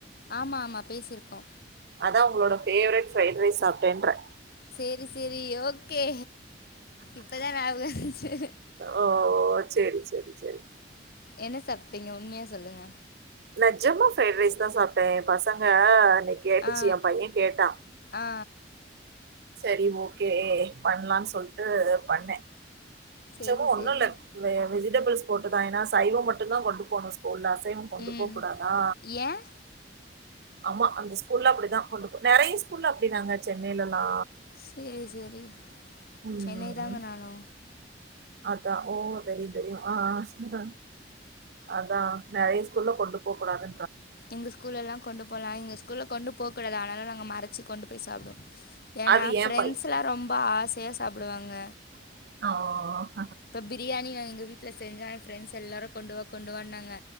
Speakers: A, on the left (about 55°); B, on the right (about 60°).
A: ஆமா ஆமா பேசிருக்கோ
B: அதா உங்களோட ஃபேவரிட் ரைஸ் சாப்பிட்டேன்ற
A: சேரி சேரி ஓகே இப்பதா ஞாபக வந்துச்சு
B: ஓ சேரி சேரி சேரி
A: என்ன சாப்பிட்டீங்க உண்மையா சொல்லுங்க
B: நெஜமா ஃரைட் ரைஸ் தா சப்பிட்டே என் பசங்க கேட்டுச்சி
A: ஆ
B: என் பையன் கேட்டா
A: ஆ
B: சேரி ஓக்கே பண்ணலானு சொல்ட்டு பண்ணே
A: சரி
B: சும்மா ஒன்னு
A: சரி
B: இல்ல வெஜிடபிள்ஸ் போட்டுதா ஏன்னா சைவம் மட்டுதா கொண்டு போணு ஸ்கூல அசைவ கொண்டு
A: ம்
B: போ கூடாதா
A: ஏன்
B: ஆமா அந்த ஸ்கூல்ல அப்டிதா கொண்டு நிறைய ஸ்கூல்ல அப்டிதாங்க சென்னையிலலா
A: சேரி சேரி
B: ம்
A: சென்னை தாங்க நானு
B: அதா ஓ தெரியு தெரியு ஆஹ் அதா நெறைய ஸ்கூல கொண்டு போக கூடாது
A: எங்க ஸ்கூல்ல கொண்டு போலா எங்க ஸ்கூல்ல கொண்டு போக கூடாது ஆனால நாங்க மறைச்சு கொண்டு போய் சாப்பிடுவோ ஏன்னா
B: அது ஏ
A: ஃபிரெண்ட்ஸ்
B: பை
A: எல்லா ரொம்ப ஆசையா சாப்பிடுவாங்க
B: ஆஹ
A: இப்ப பிரியாணி நா எங்க வீட்டு்ல செஞ்சா ஃபிரெண்ட்ஸ் எல்லாரு கொண்டு வா கொண்டுவான்னாங்க